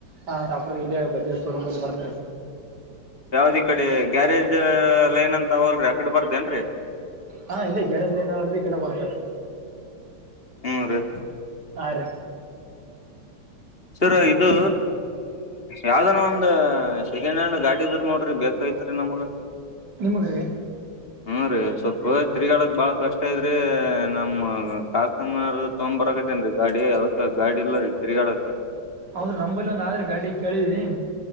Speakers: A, on the right; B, on the left.
A: ಹಾ ಶಾಪುರ್ ಇಲ್ಲ ಬಜಾಜ್ ಶೋ ರೂಮಲ್ಲಿ ಬರತ್ರಿ
B: ಯಾವ್ದಿ ಇ ಕಡೆ ಗ್ಯಾರೇಜ್ ಲೈನ್ ಅಂತ ಅವಲ್ರಿ ಆಕಡೆ ಬರದೆನ್ರಿ
A: ಹಾ ಇಲ್ಲೇ ಗ್ಯಾರೇಜ್ ಲೈನ್ ಅವಲ್ರಿ ಇ ಕಡೆ ಬರ್ತದೆ
B: ಹೂ ರೀ
A: ಆ ರಿ
B: ಸರ್ ಇದು ಯಾವ್ದನ ಒಂದು ಸೆಕೆಂಡ್ ಹ್ಯಾಂಡ್ ಗಾಡಿ ಇದ್ರ ನೋಡ್ರಿ ಬೇಕೈತ್ರಿ ನಮ್ಗ್
A: ನಿಮಗ್ರೀ
B: <inaudible> ಹ್ಮ ರೀ ಸ್ವಲ್ಪ ತಿರ್ಗಾಡಕ್ ಬಾಳ ಕಷ್ಟ ಐದ್ರಿ ನಮ್ಮ ಕಾಕಾರ ತೊಂಬ ಬರಕತೇನ್ ರಿ ಗಾಡಿ ಅದಕ್ಕ ಗಾಡಿ ಎಲ್ಲ ರೀ ತಿರ್ಗಾಡಕ
A: ಹೌದುರು ನಮ್ಮಂಬೈಲಿ ಒಂದು ಆದ್ರೆ ಗಾಡಿ ಕೇಳವಿ